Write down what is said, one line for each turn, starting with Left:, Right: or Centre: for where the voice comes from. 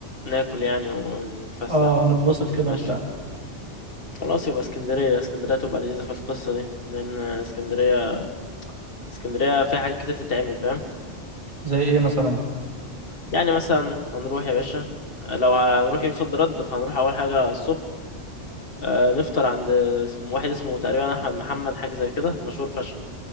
Left: ناكل يعني ونتفسح
Right: اه نتبسط كده
Left: نتمشى
Right: وبتاع
Left: خلاص يبقى اسكندريه اسكندريه تبقى لذيذه في القصه دي لان اسكندريه اسكندريه فيها حاجات كتير تتعمل فاهم
Right: زي ايه مثلا
Left: يعني مثلا هنروح يا باشا لو هنروح يوم صد رد فهنروح اول حاجه الصبح آه، نفطر عند اسمه واحد اسمه تقريبا احمد محمد حاجه زي كده مشهور فشخ